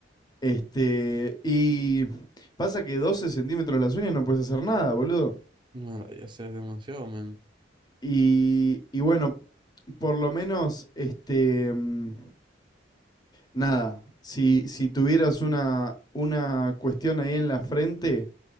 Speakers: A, on the left; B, on the right.
A: Este, y pasa que 12 centímetros las uñas no puedes hacer nada, boludo.
B: No, ya sea, es demasiado, man.
A: Y, y bueno, por lo menos, este, mm, nada, si, si tuvieras una, una cuestión ahí en la frente,